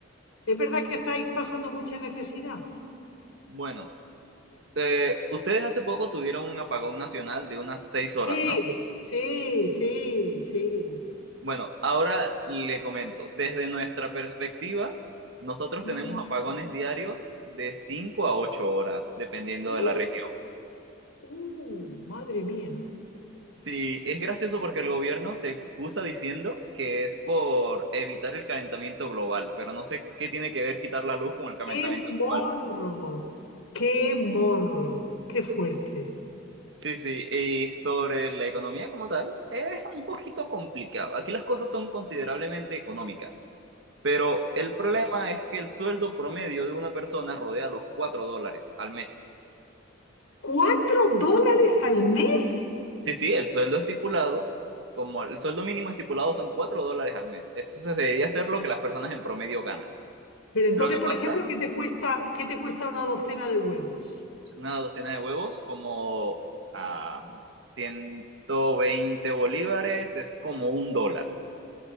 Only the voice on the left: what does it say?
¿Es verdad que estáis pasando mucha necesidad?
Sí,
sí, sí, sí.
¿Mm?
Uh,
uh, madre mía.
¡Qué morro!
¡Qué morro! ¡Qué fuerte!
¿Cuatro dólares al mes?
Pero entonces,
por
ejemplo, ¿qué te cuesta, qué te cuesta una docena de huevos?